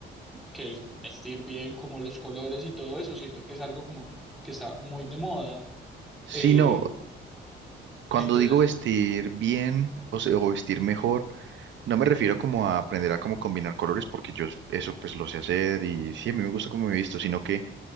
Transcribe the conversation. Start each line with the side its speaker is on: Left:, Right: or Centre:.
Centre: que es vestir bien como los colores y todo eso, siento que es algo como que está muy de moda. Eh,
Right: Si no, cuando
Centre: entonces,
Right: digo vestir bien o, se- o vestir mejor, no me refiero como a aprender a cómo combinar colores, porque yo eso pues lo sé hacer y sí, a mí me gusta cómo me he visto, sino que